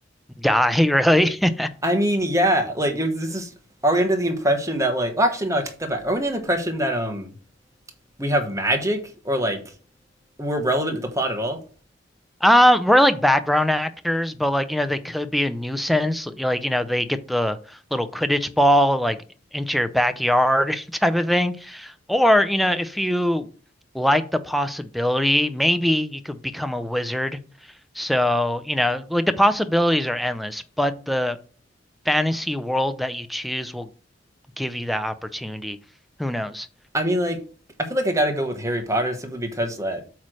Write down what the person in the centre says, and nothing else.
Die, <laughs> really? <laughs>
Um, we're like background actors, but like, you know, they could be a nuisance. Like, you know, they get the little Quidditch ball like into your backyard <laughs> type of thing. Or, you know, if you like the possibility, maybe you could become a wizard. So, you know, like the possibilities are endless, but the fantasy world that you choose will give you that opportunity. Who knows?